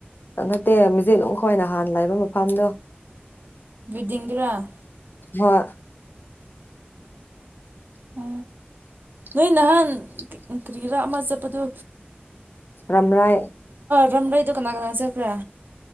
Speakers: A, on the left; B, on the right.
A: ꯅꯠꯇꯦ ꯃꯤꯖꯠ ꯑꯗꯨ ꯈ꯭ꯋꯥꯏꯅ ꯍꯥꯟꯅ ꯂꯩꯕ ꯃꯐꯝꯗꯣ
B: ꯗꯤꯡꯗ꯭ꯔꯥ
A: ꯍꯣꯏ
B: ꯎ ꯅꯣꯏ ꯅꯍꯥꯟ ꯀꯔꯤꯔꯥ ꯑꯃ ꯆꯠꯄꯗꯣ
A: ꯔꯝꯔꯥꯏ
B: ꯈꯝ ꯑꯩ ꯗ ꯀꯥꯟꯒꯅꯥ ꯆꯔꯕ꯭ꯔꯥ